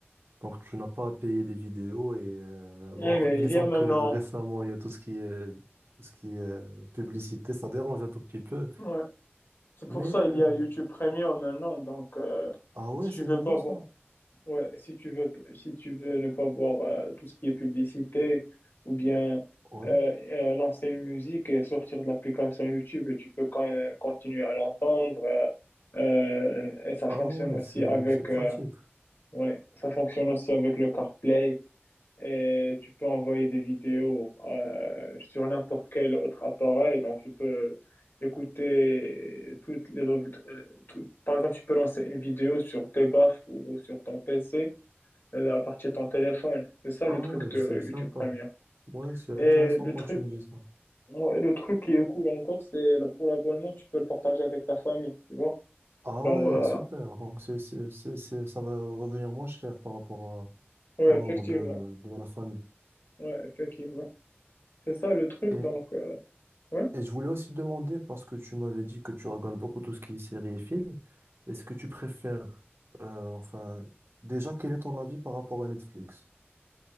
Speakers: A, on the right; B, on the left.
A: Donc, tu n'as pas à payer des vidéos et euh,
B: Ouais,
A: bon,
B: Mais
A: disons
B: il y a maintenant...
A: que récemment, il y a tout ce qui est, tout ce qui est euh, publicité, ça dérange un tout petit peu.
B: ouais. C'est pour
A: Mais
B: ça
A: euh,
B: il y a YouTube Premium maintenant. Donc, euh,
A: ah ouais,
B: si tu
A: c'est
B: veux
A: nouveau
B: pas voir,
A: ça.
B: ouais, si tu veux, si tu veux ne pas voir euh, tout ce qui est publicité ou bien
A: Ouais.
B: euh, euh, lancer une musique et sortir de l'application YouTube, tu peux quand même continuer à l'entendre. euh, euh, et ça
A: Ah
B: fonctionne
A: ouais,
B: aussi
A: c'est
B: avec,
A: c'est pratique.
B: euh, ouais, ça fonctionne aussi avec le CarPlay et tu peux envoyer des vidéos euh, sur n'importe quel autre appareil. Donc, tu peux écouter toutes les revues. euh, tout- Par exemple, tu peux lancer une vidéo sur tes baffes ou ou sur ton PC euh, à partir de ton téléphone. C'est ça
A: Ah
B: le truc
A: ouais,
B: de
A: c'est sympa.
B: YouTube Premium.
A: Ouais, c'est
B: Et
A: intéressant
B: le
A: quand
B: truc,
A: tu me dis ça.
B: ouais, le truc qui est cool encore, c'est le- pour l'abonnement, tu peux le partager avec ta famille, tu vois.
A: Ah
B: Genre,
A: ouais,
B: euh,
A: super. Donc, c'est, c'est, c'est, c'est- ça va revenir moins cher par rapport à-
B: ouais,
A: au
B: effectivement.
A: nombre de, de la famille.
B: Ouais, effectivement. C'est ça le truc,
A: et
B: donc. euh, Ouais.
A: Et je voulais aussi te demander, parce que tu m'avais dit que tu regardes beaucoup tout ce qui est séries et films, est-ce que tu préfères, euh, enfin, déjà, quel est ton avis par rapport à Netflix?